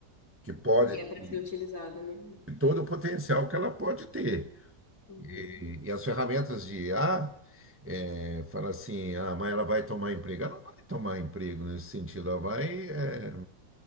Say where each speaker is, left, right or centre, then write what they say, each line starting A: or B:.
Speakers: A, on the right; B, on the left.
A: que pode,
B: Que é para
A: e
B: ser utilizado, né?
A: todo o potencial que ela pode ter.
B: Uhum.
A: E, e as ferramentas de IA, eh, fala assim, ah, mas ela vai tomar emprego. Ela não vai tomar emprego nesse sentido, ela vai. eh,